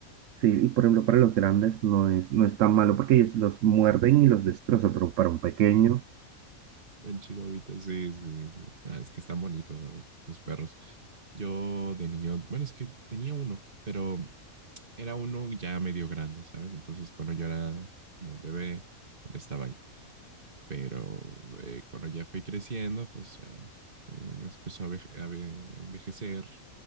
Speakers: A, on the right; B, on the right.
A: Sí, y por ejemplo, para los grandes no es, no es tan malo porque ellos los muerden y los destrozan, pero para un pequeño,
B: En Chihuahuita, sí, sí, sí. Ah, es que están bonitos los, los perros. Yo de niño, bueno, es que tenía uno, pero era uno ya medio grande, ¿sabes? Entonces, cuando yo era como bebé, él estaba ahí. Pero eh, cuando ya fui creciendo, pues ya eh, se empezó a, veje- a ve- envejecer,